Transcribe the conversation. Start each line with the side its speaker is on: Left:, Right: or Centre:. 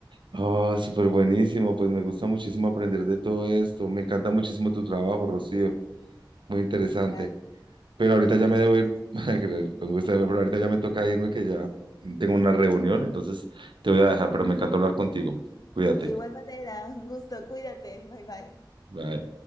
Right: Oh, súper buenísimo, pues me gusta muchísimo aprender de todo esto. Me encanta muchísimo tu trabajo, Rocío. Muy interesante.
Left: Gracias.
Right: Pero ahorita
Left: Ay,
Right: ya
Left: muchas
Right: me debo
Left: gracias.
Right: ir, <laughs> con gusto, pero ahorita ya me toca irme que ya tengo una reunión, entonces te voy a dejar, pero me encantó hablar contigo. Cuídate.
Left: De igual manera, un gusto. Cuídate. Bye bye.
Right: Bye.